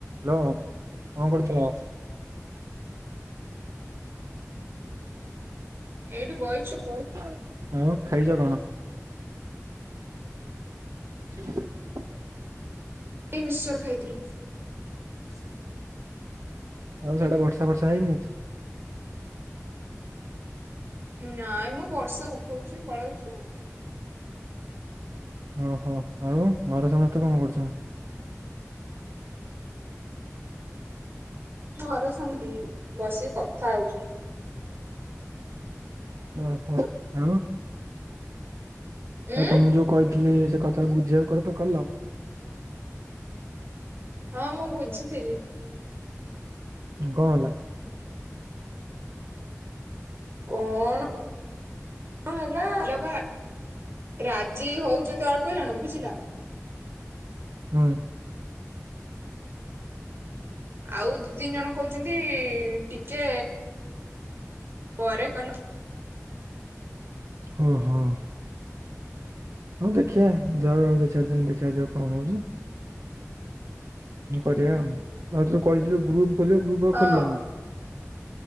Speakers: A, on the right; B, on the right.
A: Hello କଣ କରୁଥିଲ?
B: ଏଇଠୁ ବଇଛୁ।
A: ଆଉ ଖାଇଛ କଣ? <inaudible>
B: ଏ ମିକ୍ସଚର ଖାଇଥିଲି।
A: ସତ। ଆଉ ସେଆଡେ ବର୍ଷା ଫର୍ଷା ହେଇନି ଆଜି?
B: ଉ ନାଇମ ବର୍ଷା ଉଠଉଛି ପଳଉଛି ଆଉ।
A: ଓହୋ ଆଉ ଘରେ ସମସ୍ତେ କଣ କରୁଛନ୍ତି?
B: ଘରେ ସେମିତି ବସିକି କଥା ହଉଛନ୍ତି।
A: ଓହୋ ଆଉ
B: ଉଁ
A: ଆଉ ତମକୁ ଯୋଉ କହିଥିଲି ସେ କଥା ବୁଝିଆକୁ କର ତ କଲ?
B: ହଁ ମୁଁ ବୁଝିଥିଲି।
A: ହୁଁ କଣ ହେଲା?
B: କଣ କଣ ହେଲା ବା ରାଜି ହଉଛନ୍ତି ଅଳ୍ପ ଜଣ ବୁଝିଲ।
A: ହୁଁ।
B: ଆଉ ଦି ତିନି ଜଣ କହୁଛନ୍ତି ଟିକେ ପରେ କଲେ
A: ହଁ ହଁ। ହଉ ଦେଖିଆ ଯାଉ ଆଉ ଦି ଚାରି ଦିନ ଦେଖାଯାଉ କଣ ହଉଛି। କରିବାଉ ଆଉ। ଆଉ ଯୋଉ କହିଥିଲୁ ଗ୍ରୁପ ଖୋଲିବା ଗ୍ରୁପ ଆଉ
B: ହଁ
A: ଖୋଲିଲନି?